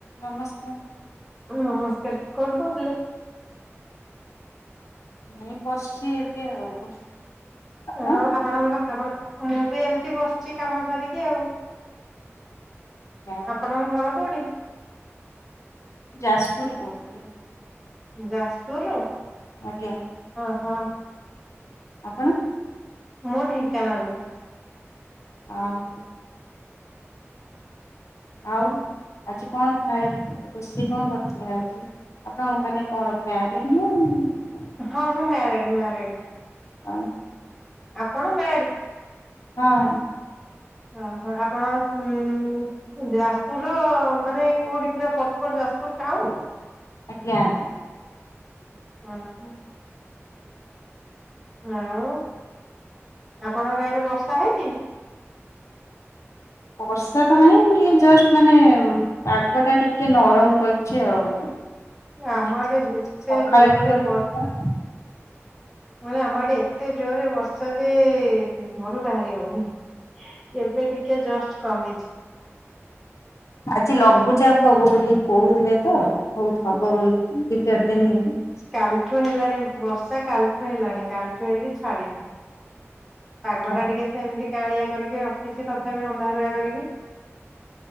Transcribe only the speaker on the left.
ନମସ୍କାର।
ମୁଁ ବସିଚି ଏବେ ଆଉ। ଆପଣ?
ଯା
ଯାଜପୁର କହୁଥିଲି।
ଆଜ୍ଞା।
ଆପଣ?
ଅ ହୋ। ଆଉ ଆଜି କଣ ଖାଏବୁ? ରୋଷେଇ କଣ କରିଥିଲେ ଆଜି ଆପଣ ମାନେ କଣ ମ୍ୟାରିଡ୍ ନା ଆ
ହ।
ହଁ।
ଆଜ୍ଞା ଆଜ୍ଞା।
ବର୍ଷା ତ ନାହିଁ ଟିକେ ଜଷ୍ଟ ମାନେ ପାଗ ଟା ଟିକେ ନରମ କରିଚି ଆଉ। ଝିପ୍
ଝିପ୍
ଝିପ୍ ଝିପ୍ ସକାଳେ
ଟିକେ ହଉଥିଲା।
ଆଜି ଲଘୁଚାପ ହବ ବୋଲି କହୁଥିଲେ ତ ବହୁତ ହବ ବୋଲି ଦି ଚାରିିନ <unintelligible>
ହଁ